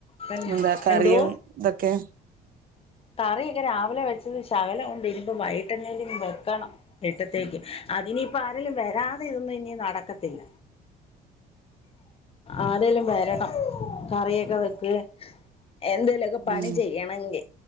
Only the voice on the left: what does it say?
പിന്നെ
എന്തോ
കറിയൊക്കെ രാവിലെ വെച്ചത് ശകലം ഉണ്ട് ഇനിയിപ്പൊ വൈകിട്ട് എന്തെങ്കിലും വെക്കണം ഇട്ടത്തേക്ക് അതിനിയിപ്പ ആരെലും വരാതെ ഇതൊന്നും ഇനി നടക്കത്തില്ല ആരേലും വരണം കറിയൊക്കെ വെക്ക് എന്തേലൊക്ക പണി
ചെയ്യണെങ്കി